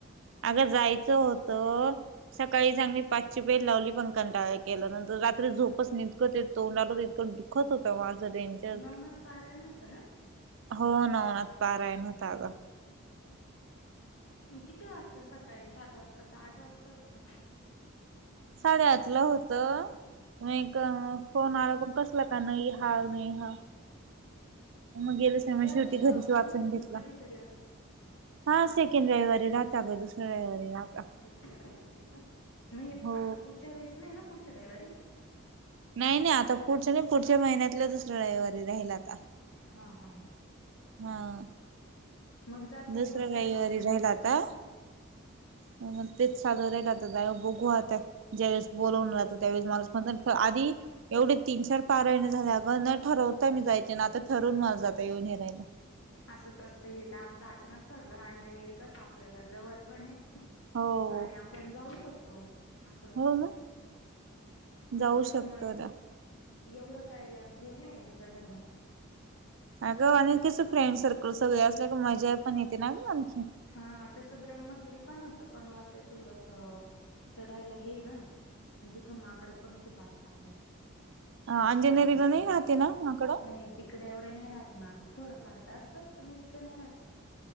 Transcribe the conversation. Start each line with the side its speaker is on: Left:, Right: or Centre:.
Right: अगर जायचं होतं सकाळी सांगली पाचशे पेर लावली पं. कंटा केलं नंतर रात्री झोपच निघत तोंडाल ततकं दुखत होतं. डेंर
Left: नवनाथ पारायण होतं ना
Right: हो ना होन पारा आहे नवता अगं.
Left: किती वाजता सकाळी सात वाजता का आठ वाजता असत.
Right: साडेआतलं होत. म फोन आला पण कसला का नाही हा नाही हा. मग गेलच
Left: ते
Right: नाही मग
Left: दरवे
Right: शेवटी घरीच
Left: महिन्यातून
Right: वाचून घेतला
Left: कधीतरी
Right: हा सेकंड रविवारी. राहता ग दुसऱ्या रविवारी राहता
Left: दुसरा रविवारी का मग
Right: हो
Left: आता पुढच्या वेळेस नाही ना. पुढच्या रविवारी.
Right: नाही नाही आता पुढच्या नाही पुढच्या महिन्यातला दुसऱ्या रविवारी राहील आता.
Left: हा हा हा.
Right: हा.
Left: मग जातीलल
Right: दुसऱ्या
Left: मग
Right: रविवारी
Left: काय प्रॉब्लेम
Right: राहिला
Left: नाही.
Right: आता मग तेच साधर. बघूह ज्यावेळेस बोलवून राह त्यावेळेस माणूस म्हण आधी एवढीच. तीन चार पारयणी झाल्या अगं न ठरवताय मी जायचे ना आता ठरवून मला जाता येऊन हिरायला.
Left: असंच असत हे तर आमचं अचानक ठरलं अंजनेरी कस आपल्याला जवळ पण.
Right: हो
Left: आणि आपण जाऊ शकतो. असं
Right: हो मग
Left: मग
Right: जाऊ
Left: त्याच
Right: शकतो
Left: मन.
Right: ना.
Left: एवढं काय हे नाही चणायला.
Right: अगं अनिल कसं फ्रेंड सर्कल सगळे असल्या का मजा पण येते ना ग आणखी.
Left: हा तसं ब्रह्मगिरी पण होत पण मग ते थोडस चढायला हे ना. आणि तिथं माकडं पण खूप असतं अगं. खूप
Right: अंजनेरीला
Left: त्रास देत
Right: नाही राहते
Left: ते
Right: ना माकडं
Left: नाही. तिकडे एवढे नाही राहत माकं थोडंफार तर असतात पण इतके नाही राहत.